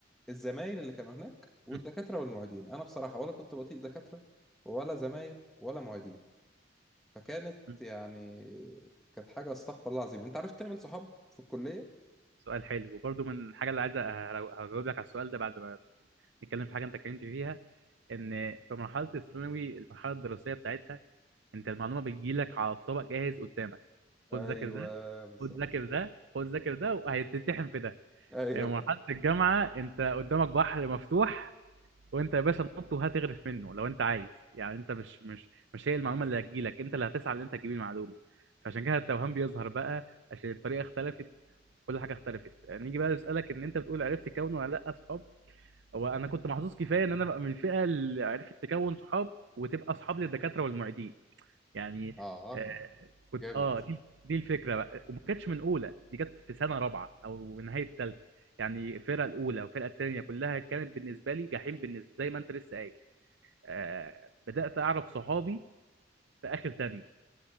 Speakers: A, in the centre; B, on the right.
A: الزمايل اللي كانوا هناك والدكاترة
B: مم.
A: والمعيدين أنا بصراحة ولا كنت بطيق دكاترة ولا زمايل ولا معيدين فكانت
B: مم.
A: يعني كانت حاجة استغفر الله العظيم أنت عرفت تعمل صحاب في الكلية؟
B: سؤال حلو وبرضه من الحاجه اللي عايز هجاوب لك على السؤال ده بعد ما نتكلم في حاجه انت اتكلمت فيها ان في مرحله الثانوي المرحله الدراسيه بتاعتها انت المعلومه بتجيلك على الطبق جاهز قدامك
A: ايوه
B: خد ذاكر ده
A: بالظبط
B: خد ذاكر ده خد ذاكر ده وهيتتحم في ده
A: ايوه
B: يعني مرحله الجامعه انت قدامك بحر مفتوح وانت يا باشا نط وهتغرف منه لو انت عايز يعني انت مش مش مش هي المعلومه اللي هتجيلك انت اللي هتسعى ان انت تجيب المعلومه فعشان كده التوهان بيظهر بقى عشان الطريقه اختلفت كل حاجه اختلفت نيجي بقى نسالك ان انت بتقول عرفت تكون ولا لا اصحاب هو انا كنت محظوظ كفايه ان انا بقى من الفئه اللي عرفت تكون صحاب وتبقى اصحاب للدكاتره والمعيدين يعني
A: اه
B: آه كنت
A: جامد
B: اه دي, دي الفكره بقى وما كانتش من اولى دي كانت في سنه رابعه او نهايه ثالثه يعني الفرقه الاولى والفرقه الثانيه كلها كانت بالنسبه لي جحيم بالنسبه زي ما انت لسه قايل آه بدات اعرف صحابي في اخر ثانيه